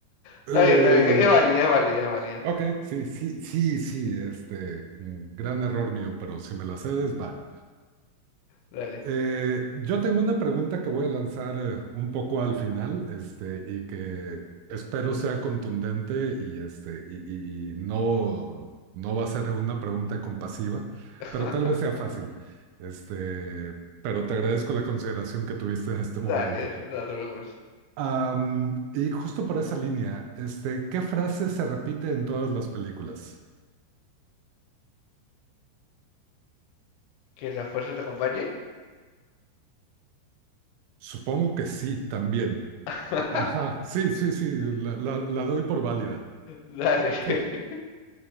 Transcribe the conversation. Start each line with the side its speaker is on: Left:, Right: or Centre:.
Left: Está
Right: eh,
Left: bien, está bien. Es es válida, es válida, es válida.
Right: ok, sí, sí, sí, sí, este, mm, gran error mío, pero si me la cedes, va.
Left: Dale,
Right: Eh, yo tengo una pregunta que voy a lanzar eh, un poco al final, este, y que espero sea contundente y, este, y, y- y no, no va a ser una pregunta compasiva,
Left: <laughs>
Right: pero tal vez sea fácil. Este, pero te agradezco la consideración que tuviste en este momento.
Left: dale, no te preocupes.
Right: Am, y justo por esa línea, este, ¿qué frase se repite en todas las películas?
Left: ¿Que la fuerza te acompañe?
Right: Supongo que sí, también.
Left: <laughs>
Right: Ajá, sí, sí, sí, la, la- la doy por válida.
Left: Dale. <laughs>
Right: Sí.